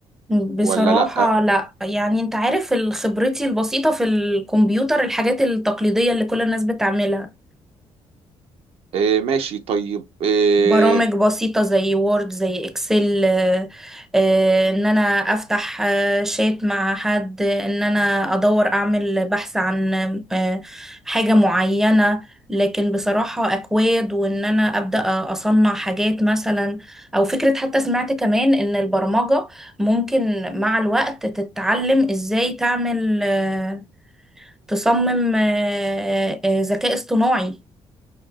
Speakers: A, in the centre; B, on the right.
A: بصراحة
B: ولا لا
A: لا يعني انت عارف ال- خبرتي البسيطة في الكمبيوتر الحاجات التقليدية اللي كل الناس بتعملها
B: آه ماشي طيب آه
A: برامج بسيطة زي وورد زي اكسل آه، آه، ان انا افتح آه، شات مع حد آه، ان انا ادور اعمل بحث عن آه، حاجة معينة لكن بصراحة اكواد وان انا ابدأ اصنع حاجات مثلا او فكرة حتى سمعت كمان ان البرمجة ممكن مع الوقت تتعلم ازاي تعمل آه، تصمم آه، آه، ذكاء اصطناعي